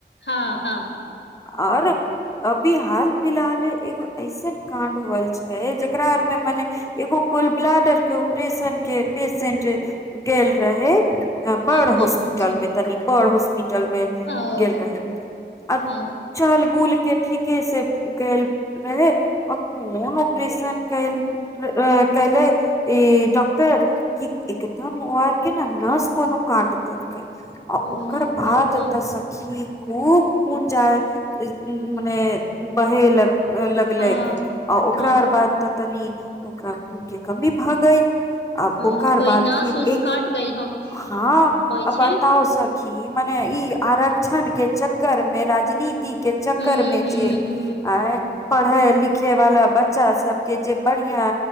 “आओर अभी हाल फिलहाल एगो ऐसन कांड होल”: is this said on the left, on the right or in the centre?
Left